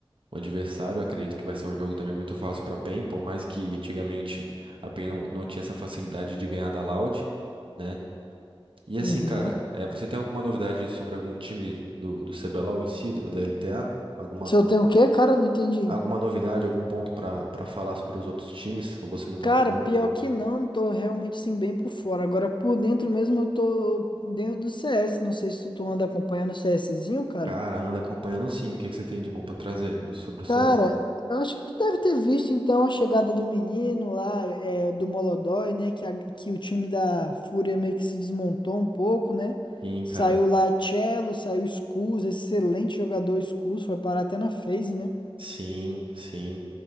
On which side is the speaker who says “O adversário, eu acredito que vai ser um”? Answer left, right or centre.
Right